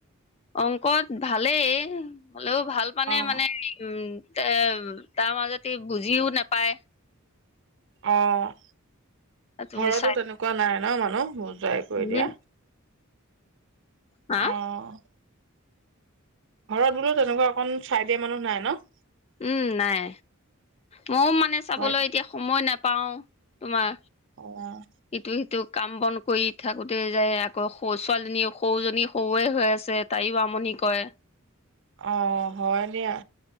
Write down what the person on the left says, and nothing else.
অংকত ভালেই। উম। হ'লেও ভাল পানে
মানে <unintelligible> <unintelligible> তাৰ মাজতে ই বুজিও নাপায়।
তুমি
চাই
উম
হা
উম নাই ময়ো মানে চাবলৈ
এতিয়া সময় নাপ পাওঁ তোমাৰ
এইটোৱে সিটোক কাম বন কৰি থাকোতে যায় আকৌ সৰু ছোৱালীজনী সৰুজনী সৰুৱে হৈ আছে তাইও আমনি কৰে।